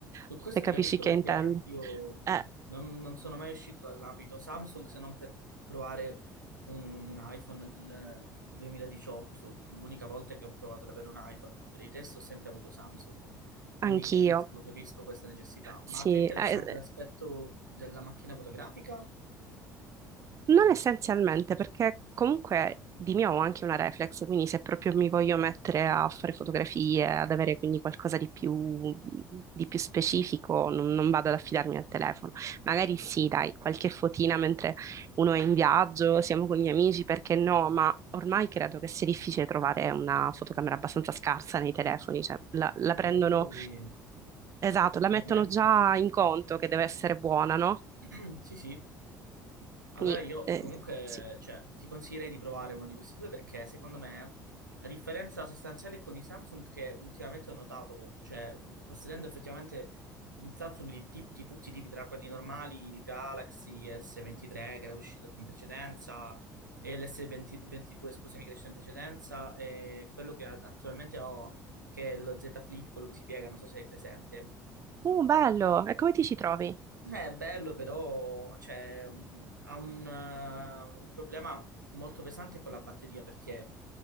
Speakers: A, on the right (about 85°); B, on the right (about 30°).
A: su
B: se
A: questo
B: capisci
A: ti capisco
B: che
A: perché
B: intendo.
A: anch'io
B: Eh,
A: non, non sono mai uscito dall'ambito Samsung se non per provare un, un iPhone nel 2018, l'unica volta che ho provato ad avere un iPhone, ma per il resto ho sempre avuto Samsung, quindi
B: anch'io,
A: capisco, capisco questa necessità.
B: sì.
A: Ma a te interessa
B: Eh,
A: anche l'aspetto della macchina fotografica?
B: Non essenzialmente, perché comunque di mio ho anche una reflex, quindi se proprio mi voglio mettere a fare fotografie, ad avere quindi qualcosa di più, di più specifico,
A: Mhm.
B: non, non vado ad affidarmi al telefono. Magari sì, dai, qualche fotina mentre uno è in viaggio, siamo con gli amici, perché no? Ma ormai credo che sia difficile trovare una fotocamera abbastanza scarsa nei telefoni, cioè la, la
A: Sì,
B: prendono,
A: soprattutto per...
B: esatto, la
A: Ovviamente,
B: mettono già in conto che deve essere buona, no?
A: <clears throat> sì, sì. Allora
B: Quindi,
A: io
B: eh,
A: comunque,
B: sì.
A: cioè, ti consiglierei di provare uno di questi due perché secondo me la differenza sostanziale con i Samsung che ultimamente ho notato, cioè possedendo effettivamente Samsung di, ti- di tutti i tipi, tra quelli normali, il Galaxy S23 che era uscito in precedenza e l'S22, scusami, che è uscito in precedenza e quello che a- attualmente ho, che è lo Z Flip, quello che si piega, non so se è presente.
B: Uh, bello! E come ti ci trovi?
A: Eh, È bello, però cioè, un- ha un, eh, un problema molto pesante con la batteria perché